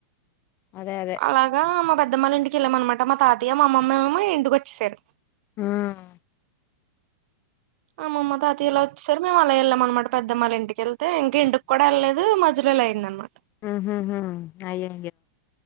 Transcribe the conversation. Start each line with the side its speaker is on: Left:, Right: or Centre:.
Left: అదే. అదే.
Right: అలాగా మా పెద్దమ్మోల ఇంటికి యెళ్ళామ్ అన్నమాట మా తాతయ్య మా అమ్మమ్మ ఏమో ఇంటికి వచ్చేసారు
Left: ఉమ్
Right: అమ్మమ్మ తాత ఇలా వచ్చేసారు మేము అలా వెళ్ళామనమాట పెద్దమ్మళ్ళ ఇంటికి వెళ్తే ఇంకా ఇంటికి కూడాళ్లేదు. మ జుడ్రలు అయిందన్ మాట
Left: హుహు హుమ్ అయ్యో